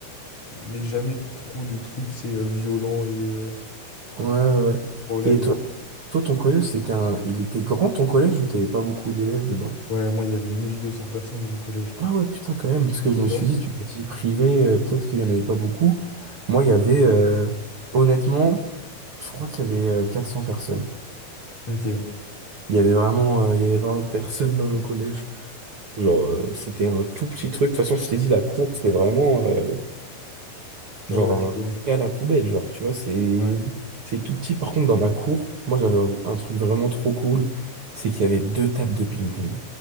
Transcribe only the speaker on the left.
mais jamais trop de trucs, tu sais, euh, violents et euh,
problèmes,
genre.
Ouais, moi, il y avait 1200 personnes dans mon collège.
Et
toi?
Ok.
Ouais,
je
vois.
Ouais,